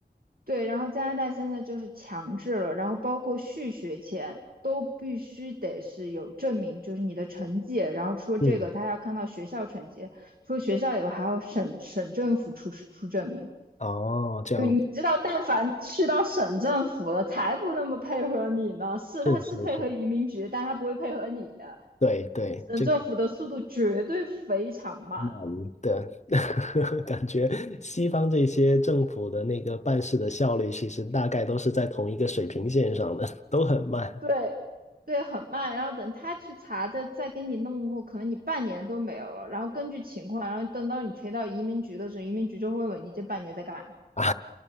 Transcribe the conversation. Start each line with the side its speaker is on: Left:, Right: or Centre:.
Right: 对，然后加拿大现在就是强制了，然后包括续学签都必须得是有证明，就是你的成绩。然后除了这个，
Left: 嗯，
Right: 他还要看到学校成绩，除了学校以外，还要省省政府出出证明。
Left: 哦，这样子
Right: 就你知道，但凡去到省政府了，才不那么配合你呢。是，
Left: 是是是，
Right: 他是配合移民局，但他不会配合你啊。
Left: 对对，
Right: 省政府的速度绝对非常慢。
Left: 这个。难的，<laughs> 感觉西方这些政府的那个办事的效率，其实大概都是在同一个水平线上的，<laughs> 都很慢
Right: 对对，很慢。然后等他去查，再再给你弄过，可能你半年都没有了。然后根据情况，然后等到你推到移民局的时候，移民局就会问你这半年在干嘛。
Left: 啊。